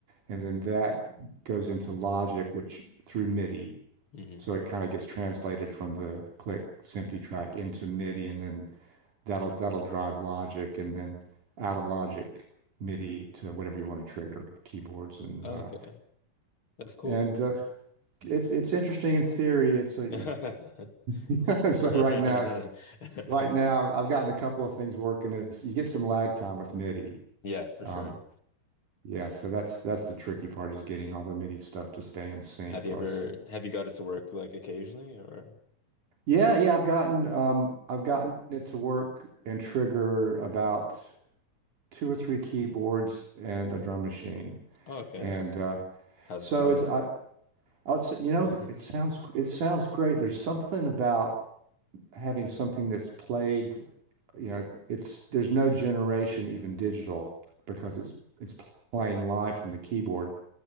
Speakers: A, on the right; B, on the left.
A: and then that goes into Logic, which through MIDI.
B: hmm
A: So it kind of gets translated from the click Simply track into MIDI, and then that'll that'll drive Logic, and then out of Logic MIDI to whatever you want to trigger keyboards and
B: Okay.
A: uh,
B: That's cool.
A: and uh, it's it's interesting in theory. It's a
B: <laughs>
A: <laughs> so right now it's right now I've gotten a couple of things working. Is you get some lag time with MIDI.
B: Yeah, for
A: Um,
B: sure.
A: yeah, so that's that's the tricky part is getting all the MIDI stuff to stay in sync
B: Have
A: plus
B: you ever have you got it to work like occasionally or?
A: Yeah, yeah, I've gotten um I've gotten it to work and trigger about two or three keyboards and a drum machine.
B: Oh, okay,
A: And
B: nice.
A: uh
B: How's
A: so
B: it sound?
A: it's I I'll say, you know,
B: <laughs> hmm
A: it sounds gr- it sounds great. There's something about having something that's played, you know, it's there's no generation even digital because it's it's playing live from the keyboard